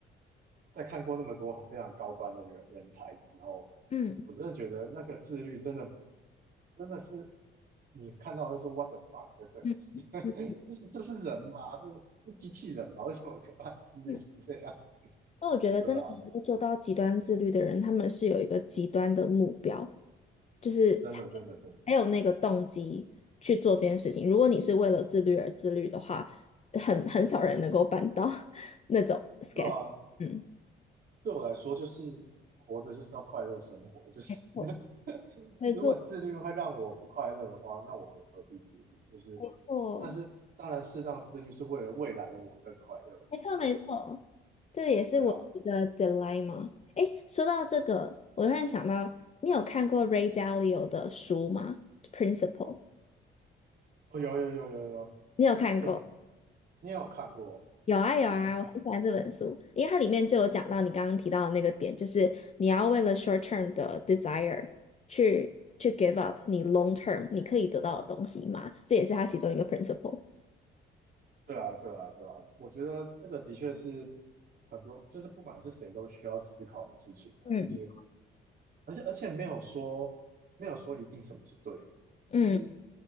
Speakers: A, on the right (about 50°); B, on the left (about 35°).
A: 在看过那么多非常高端的人人才之后，
B: 嗯
A: 我真的觉得那个自律真的真的是你看到会说 what the fuck 的等级，
B: 嗯嗯
A: <laughs> 这是这是人吗？这是这是机器人吗？为什么可把它自律成这样？
B: 嗯，那我觉得真的能够做到极端自律的人，
A: 对啊，
B: 他们是有一个极端的目标，就是才有
A: 真的真的真的，
B: 才有那个动机去做这件事情。如果你是为了自律而自律的话，很很少人能够办到 <laughs> 那种 schedule。
A: 对啊。
B: 嗯，
A: 对我来说，就是活着就是要快乐生活，就是
B: 没错，
A: <laughs>
B: 没错，
A: 如果自律会让我不快乐的话，那我何何必自律？就是，
B: 没错，
A: 但是当然，适当自律是为了未来的我更快乐嘛。
B: 没错。
A: 所以，
B: 没错这也是我的一个
A: 对啊，
B: dilemma。诶，说到这个，我突然想到，你有看过 Ray Dalio 的书吗？Principle，
A: 哦，有有有有有，
B: 你有看过？
A: 哎，你也有看过？
B: 有啊有啊，
A: 嗯，
B: 我很喜欢这本书，因为它里面就有讲到你刚刚提到的那个点，就是你要为了 short term 的 desire 去去 give up 你 long term 你可以得到的东西嘛，这也是它其中一个 principle。
A: 对啊对啊对啊，我觉得这个的确是很多，就是不管是谁都需要思考的事情啊就是。
B: 嗯，
A: 而且而且没有说没有说一定什么是对，
B: 嗯。
A: 就是